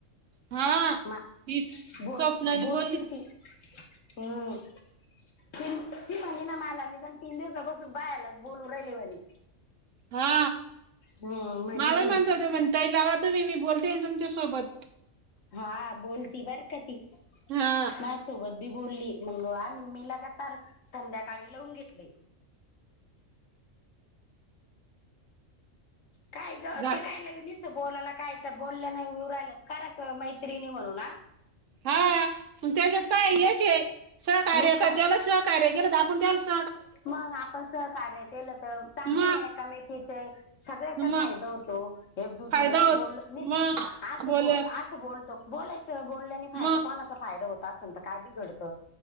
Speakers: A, on the right (about 80°); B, on the left (about 80°).
A: हा
B: म
A: ती स्वप्नाली
B: बोल बोलती
A: बोलली
B: ती हम् ती ती म्हणे ना मला मी कारण तीन दिवसापासून बा आला बोलू राहिले म्ह
A: हा
B: हम्म म्हणे
A: मलाही
B: ती
A: म्हणत ते म्हण तई लावा तो मी मी बोलते तुमच्या सोबत
B: हा बोलती बरक ती
A: हा
B: मा सोबत बी बोलली मंग ममी लग तार संध्याकाळी लावून घेतले काय
A: झा-
B: ते काय लगे बोलायला काय तर बोलल्या नाही उऊर राहिल्या करायच मैत्रिणी म्हणून ह
A: हा प त्याच्यात काय हच आहे सहकार्य
B: नुकसान
A: क जला सहकार्य ग आपण त्या स
B: मग आपण सहकार्य केलं तर चांगले
A: मग
B: नाहीयका मेकीेचे सगळ्याचा
A: मग
B: फायदा होतो एकजुटीनं
A: फायदा होत
B: बोल मी
A: मग
B: असं
A: बोलेल
B: बोल असं बोलतो बोलायचं बोलल्याने फायदा
A: मग
B: कोणाचा फायदा होता असेल तर काय बि घडत